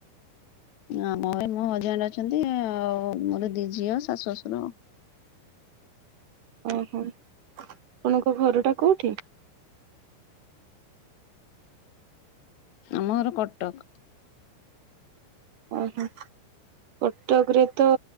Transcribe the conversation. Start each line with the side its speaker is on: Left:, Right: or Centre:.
Left: ଆମ ଘରେ ମୋ ହଜବେଣ୍ଡେ ଅଛନ୍ତି ଆଉ ମୋରୋ ଦି ଝିଅ ଶାଶୁ ଶଶୁର ଆଉ।
Right: ଅହଁ ଆପଣଙ୍କ ଘର ଟା କୋଉଠି।
Left: ଆମ ଘର କଟକ।
Right: ଅହଁ କଟକରେ ତ